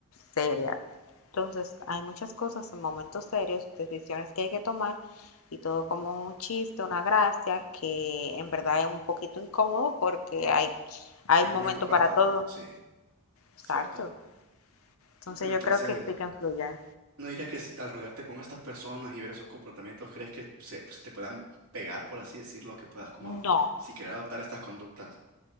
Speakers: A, on the left (about 70°); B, on the right (about 80°).
A: seria. Entonces, hay muchas cosas en momentos serios, decisiones que hay que tomar y todo como un chiste, una gracia, que en verdad es un poquito incómodo porque hay, hay
B: hay
A: momento
B: momentos para
A: para
B: todo,
A: todo.
B: sí,
A: Exacto.
B: cierto.
A: Entonces,
B: Pero entonces,
A: yo creo que sí que influye.
B: ¿No dirías que si al rodearte con estas personas y ver esos comportamientos, crees que se, pues, se te puedan pegar, por así decirlo, que puedas como
A: No,
B: si querer adoptar estas conductas?